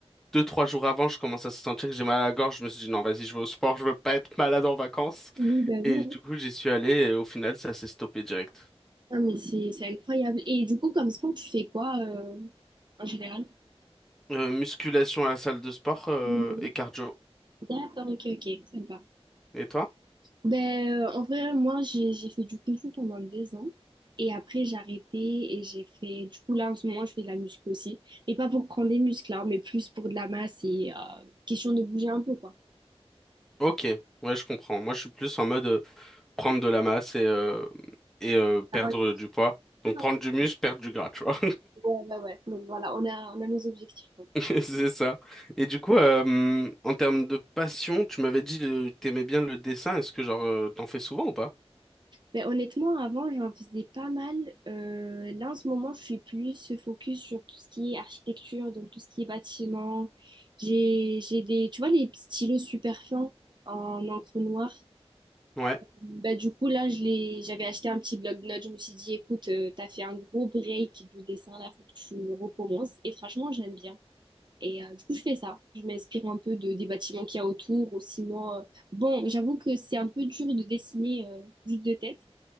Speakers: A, in the centre; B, on the right.
A: deux, trois jours avant, je commence à sentir que j'ai mal à la gorge. Je me suis dit, non, vas-y, je vais au sport, je veux pas être malade en vacances.
B: bah
A: Et
B: oui. hein.
A: du coup, j'y suis allé et au final, ça s'est stoppé direct.
B: Ah, mais c'est c'est incroyable. Et du coup, comme sport, tu fais quoi euh, en général?
A: Euh, musculation à la salle de sport, euh,
B: Oui, oui.
A: et cardio.
B: D'accord, ok, ok, sympa.
A: Et toi?
B: Ben, euh, en vrai, moi, j'ai j'ai fait du kung fu pendant deux ans. Et après, j'ai arrêté et j'ai fait... Du coup, là, en ce moment, je fais de la muscu aussi. Mais pas pour prendre des muscles, hein, mais plus pour de la masse et euh, question de bouger un peu, quoi.
A: Ok, ouais, je comprends. Moi, je suis plus en mode. euh, prendre de la masse et, euh, et euh, perdre
B: Avoir une-
A: du poids. Donc prendre
B: Ah, ok.
A: du muscle, perdre du gras, tu vois.
B: Ouais, ouais, ouais. Donc voilà, on a, on a nos objectifs, quoi.
A: <laughs> C'est ça. Et du coup, euh, en termes de passion, tu m'avais dit que t'aimais bien le dessin. Est-ce que genre euh, t'en fais souvent ou pas?
B: Ben, honnêtement, avant, j'en faisais pas mal. Euh, là, en ce moment, je suis plus focus sur tout ce qui est architecture, donc tout ce qui est bâtiment. J'ai, j'ai des, tu vois, les stylos super fins en encre noire.
A: Ouais,
B: bah du coup, là, je les, j'avais acheté un petit bloc-notes. Je me suis dit, écoute, euh, t'as fait un gros break du dessin, là, faut que tu le recommences. Et franchement, j'aime bien. Et euh, du coup, je fais ça. Je m'inspire un peu de, des bâtiments qu'il y a autour, ou sinon, euh, bon, j'avoue que c'est un peu dur de dessiner euh, juste de tête.